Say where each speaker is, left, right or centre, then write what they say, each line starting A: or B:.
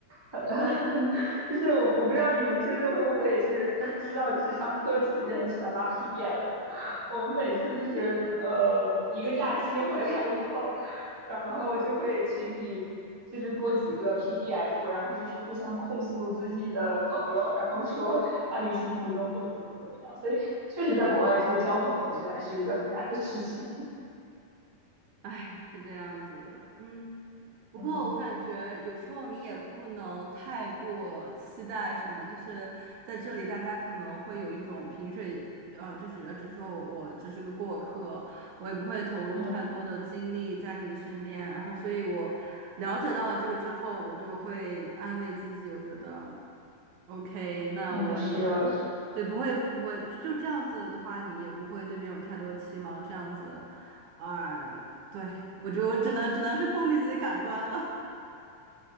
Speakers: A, on the right; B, on the right.
A: 很很 <laughs>，就是我我不知道你们就是会不会就是呃知道，就是上课其实很喜欢拉 PDF，我们每次就是呃一个假期回来以后，然后就会群里就是多几个 PDF，然后就是互相控诉自己的朋友，然后说他旅行途中怎么怎么怎么样，所以确实在国外就交朋友，我觉得还是一个很难的事情。
B: 哎，是这样子的，嗯，不过我感觉有时候你也不能太过期待什么，
A: 嗯
B: 就是在这里大家可能会有一种萍水，呃，就是呃只说我我只是个过客，我也不会投入太多的精力在你身边，
A: 嗯
B: 然后所以我了解到了这个之后，我就会安慰自己，我觉得，OK，那我也。
A: 嗯，是的，是
B: 对，不会不会，就就这样子的话，你也不会对别人有太多的期望，这样子。嗯对，我觉得我只能只能是封闭自己感官了。